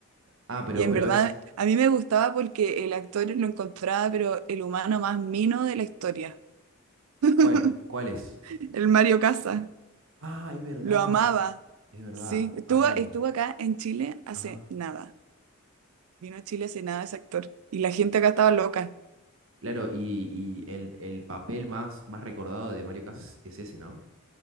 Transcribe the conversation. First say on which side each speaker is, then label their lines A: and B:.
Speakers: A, on the right; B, on the right.
A: Ah, pero,
B: Y en
A: pero
B: verdad,
A: es,
B: a mí me gustaba porque el actor lo encontraba, pero el humano más mino de la historia, <laughs>
A: ¿cuál? ¿Cuál es?
B: el Mario Casas.
A: Ah, es verdad,
B: Lo amaba.
A: es verdad.
B: Sí, estuvo,
A: Ahora tiene
B: estuvo
A: como...
B: acá en Chile hace
A: Ajá.
B: nada. Vino a Chile hace nada ese actor. Y la gente acá estaba loca.
A: Claro, y, y el, el papel más, más recordado de Mario Casas es ese, ¿no?